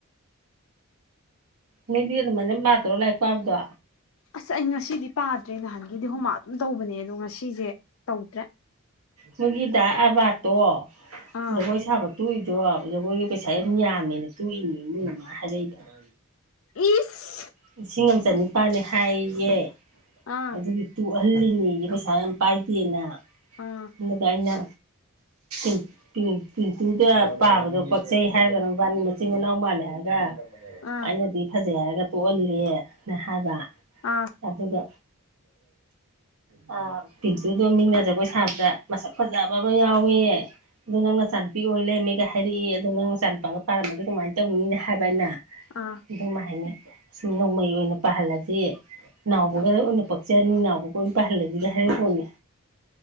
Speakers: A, on the right; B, on the left.
A: ꯃꯤꯗꯤ ꯑꯗꯨꯃꯥꯏꯅ ꯃ꯭ꯥꯔꯛ ꯇꯧꯔꯒ ꯂꯥꯏꯔꯤꯛ ꯄꯥꯕꯗꯣ
B: ꯑꯁ ꯑꯩ ꯉꯁꯤꯗꯤ ꯄꯥꯗ꯭ꯔꯦ ꯅꯍꯥꯟꯒꯩꯗꯤ ꯍꯣꯃꯥꯛ ꯑꯗꯨꯝ ꯇꯧꯕꯅꯦ ꯑꯗꯣ ꯉꯁꯤꯁꯦ ꯇꯧꯗ꯭ꯔꯦ
A: ꯃꯣꯏꯒꯤ ꯗꯥ ꯑꯥꯔꯕꯥꯠꯇꯣ
B: ꯑꯥ
A: ꯖꯒꯣꯏ ꯁꯥꯕ ꯇꯣꯛꯏꯗꯣ ꯖꯒꯣꯏꯒꯤ ꯄꯩꯁꯥ ꯌꯥꯝ ꯌꯥꯝꯃꯦꯅ ꯇꯣꯛꯏꯅꯦ ꯑꯗꯨꯅ ꯃꯣꯏ ꯃꯥꯃꯥ ꯍꯥꯏꯔꯛꯏꯕ
B: ꯏꯁ
A: ꯂꯤꯁꯤꯡ ꯑꯃ ꯆꯅꯤꯄꯥꯜꯅꯤ ꯍꯥꯏꯌꯦꯌꯦ
B: ꯑꯥ
A: ꯑꯗꯨꯒꯤ ꯇꯣꯛꯍꯜꯂꯤꯅꯦꯌꯦ ꯄꯩꯁꯥ ꯌꯥꯝ ꯄꯥꯏꯗꯦꯅ
B: ꯑꯥ
A: ꯑꯗꯨꯒ ꯑꯩꯅ <unintelligible> ꯄꯤꯟꯇꯨꯗ ꯄꯥꯕꯗꯣ ꯄꯛꯆꯩ ꯍꯥꯏꯔꯒꯅ ꯃꯕꯥꯅꯤ ꯃꯆꯤꯟ ꯃꯅꯥꯎ ꯃꯥꯜꯂꯦ ꯍꯥꯏꯔꯒ
B: ꯑꯥ
A: ꯑꯩꯅꯗꯤ ꯐꯖꯩ ꯍꯥꯏꯔꯒ ꯇꯣꯛꯍꯜꯂꯦꯅ ꯍꯥꯏꯕ
B: ꯑꯥ
A: ꯑꯗꯨꯒ ꯑꯥ ꯄꯤꯡꯆꯤꯗꯨ ꯃꯤꯅꯥ ꯖꯥꯒꯣꯏ ꯁꯥꯕꯗ ꯃꯁꯛ ꯐꯖꯕ ꯑꯃ ꯌꯥꯎꯋꯦ ꯑꯗꯨ ꯅꯪ ꯅꯆꯥꯅꯨꯄꯤ ꯑꯣꯏ ꯂꯩꯔꯃꯦꯒ ꯍꯥꯏꯔꯛꯏ ꯑꯗꯨꯗꯣ ꯅꯪ ꯃꯆꯥꯅꯨꯄꯥꯒ ꯄꯥꯔꯝꯃꯗꯤ ꯀꯃꯥꯏꯅ ꯇꯧꯅꯤꯅ ꯍꯥꯏꯕ ꯑꯩꯅ
B: ꯑꯥ
A: ꯑꯗꯨ ꯍꯥꯏꯅ ꯁꯨꯝ ꯅꯣꯡꯃꯩ ꯑꯣꯏꯅ ꯄꯥꯍꯜꯂꯖꯤ ꯅꯥꯎꯕꯒꯔꯥ ꯑꯣꯏꯅ ꯄꯛꯆꯥꯅꯤ ꯅꯥꯎꯕꯒ ꯑꯣꯏꯅ ꯄꯥꯏꯍꯜꯂꯖꯤꯒ ꯍꯥꯏꯔꯤꯄꯣꯠꯅꯤ